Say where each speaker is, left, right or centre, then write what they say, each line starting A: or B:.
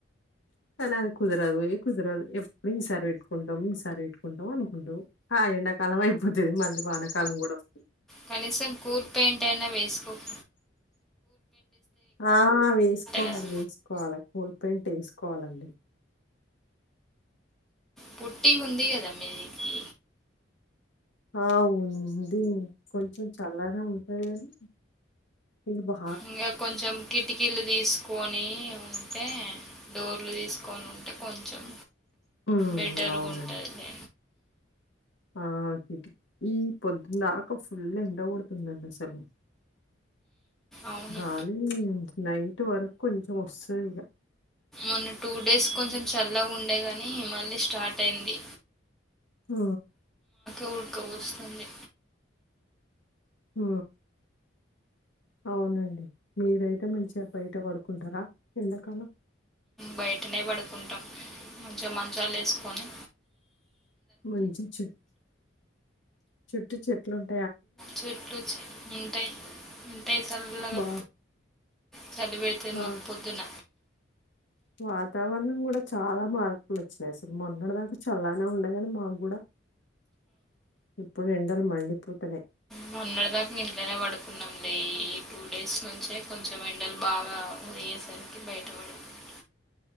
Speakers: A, on the left; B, in the centre.
A: కానీ అది కుదరదు ఏ కుదరదు ఎప్పుడు ఈసారి పెట్టుకుంటాం ఈసారి పెట్టుకుంటాం అనుకుంటావు ఆ ఎండాకాలం అయిపోతుది మళ్ళీ వానకాలం కూడా వస్
B: కనీసం కూల్ పెయింట్ అయినా వేసుకోక
A: ఆ వేసుకోవాలి
B: కదా
A: వేసుకోవాలి కూల్ పేయింట్ వేసుకోవాలండి
B: పుట్టి ఉంది కదండి మీదికి
A: ఆ ఉంది కొంచెం చల్లనే ఉంటది కానీ ఇకు బా
B: ఇంకా కొంచెం కిటికీలు తీసుకొని ఉంటే డోర్లు తీసుకొని ఉంటే కొంచెం
A: ఉమ్
B: బెటర్గా
A: అవునండి
B: ఉంటుంది
A: ఆ కిటికీ ఈ పొద్దుందాకా ఫుల్ ఎండ కొడుతుందండి అసలు
B: అవును
A: గాలి నై ట్ వరకు కొంచం వస్తదిగ
B: మొన్న టూ డేస్ కొంచెం చల్లగా ఉండే గాని మళ్ళీ స్టార్ట్ అయింది
A: ఆ
B: ఉడక పోస్తుంది
A: ఊ అవునండి మీరైతే మంచిగా బయట పడుకుంటారా ఎడాకాలం
B: బయటనే పడుకుంటాం <inaudible> మంచాలేసుకొని
A: మంచి చె చుట్టూ చెట్లున్
B: చుట్లూ <inaudible> ఉంటాయి ఉంటాయి చల్లాగా
A: బా
B: చలి పెడుతుంది
A: ఆ,
B: మాకు పొద్దున
A: వాతావరణం కూడా చాలా మార్పులు వచ్చినాయి అసలు మొన్నటి దాకా చల్లానే ఉండే గానీ మాకు కూడా ఎప్పుడు ఎండాలు మండిపోతేనే
B: మొన్నటి దాకా ఇంట్లోనే పడుకున్నాం లే టూ డేస్ నుంచే కొంచెం ఎండలు బాగా అయ్యేసరికి బయట పడుకుంటాం